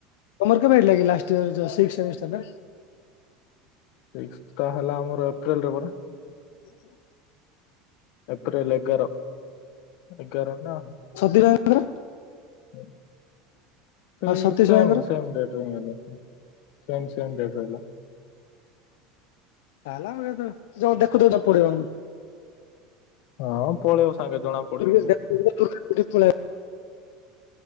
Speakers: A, on the left (about 75°); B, on the left (about 50°).
A: ତୋମର କେବେ ହେଇଥିଲା କି ଲାଷ୍ଟ ଇୟର୍ ଯେ ସିକ୍ସ ସେମିଷ୍ଟାର ଟା?
B: ସିକ୍ସ ଟା ହେଲା ଆମର ଏପ୍ରିଲ ରେ ପରା।
A: <inaudible>
B: ଏପ୍ରିିଲ ଏଗାର, ଏଗାର ନା
A: ସତୀଶ ଭାଇଙ୍କର
B: ହଁ ସେଇ
A: ଆଉ ସତୀଶ
B: ସେମ୍
A: ଭାଇଙ୍କର
B: ସେମ୍ ଡେଟ୍ ରେ ହିଁ ହେଲା। <inaudible> ସେମ୍ ସେମ୍ ଡେଟ୍ ରହିଲା।
A: ତାହେଲେ ଆଉ କେତଳ ଯୋଉ ଦେଖୁଥିବ <unintelligible> ପଡିବନି।
B: ହଁ ପଳେଇବ ସାଙ୍ଗେ ଜଣା
A: <inaudible>
B: ପଡିବନି